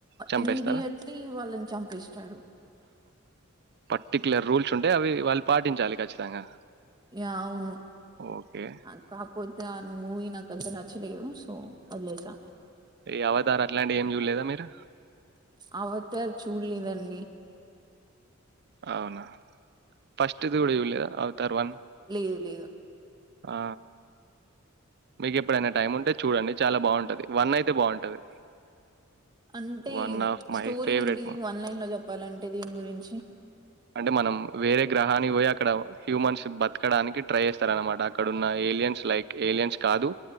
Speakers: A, on the right; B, on the right.
A: చంపేస్తారా?
B: ఇమీడియట్లీ వాళ్ళని చంపి చంపేస్తారు
A: పర్టిక్యులర్ రూల్స్ ఉంటే అవి వాళ్ళు పాటించాలి ఖచ్చితంగా
B: ఏ అవును
A: ఓకే.
B: ఆ కాకపోతే మూవీ నాకుంత నచ్చలేదు సో వదిలేసా
A: ఈ అవతారు అట్లాంటి ఏం చూడలేదా మీరు
B: అవతార్ చూడలేదండి
A: అవునా ఫస్ట్ది కూడా చూడలేదా అవుతారు వన్
B: లేదు లేదు
A: ఆ మీకు ఎప్పుడైనా టైం ఉంటే చూడండి చాలా బాగుంటంది వన్ అయితే బాగుంటది
B: అంటే
A: one of my
B: story
A: favourite
B: ఏంటిది
A: మూవీ
B: వన్ లైన్ లో చెప్ చెప్పాలంటే దీని గురించి
A: అంటే మనం వేరే గ్రహానికి పోయి అక్కడ హ్యూమన్స్ బతకడానికి ట్రై చేస్తారనమాట అక్కడన్న ఏలియన్స్ లైక్ ఏలియన్స్ కాదు